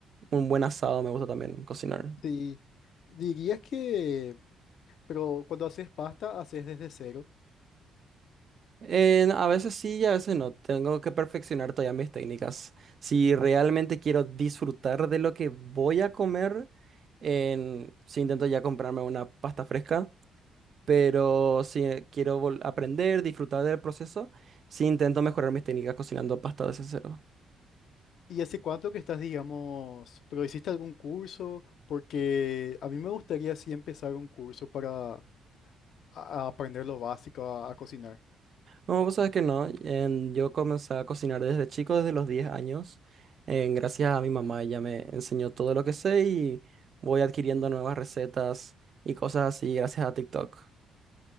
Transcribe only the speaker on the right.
un buen asado me gusta también cocinar.
En- a veces sí y a veces no. Tengo que perfeccionar todavía mis técnicas. Si realmente quiero disfrutar de lo que voy a comer, en, si intento ya comprarme una pasta fresca Pero si quiero vol- aprender, disfrutar del proceso, sí intento mejorar mis técnicas cocinando pasta desde cero.
No, vos sabes que no. en- yo comencé a cocinar desde chico, desde los 10 años. en- gracias a mi mamá, ella me enseñó todo lo que sé y voy adquiriendo nuevas recetas y cosas así gracias a TikTok,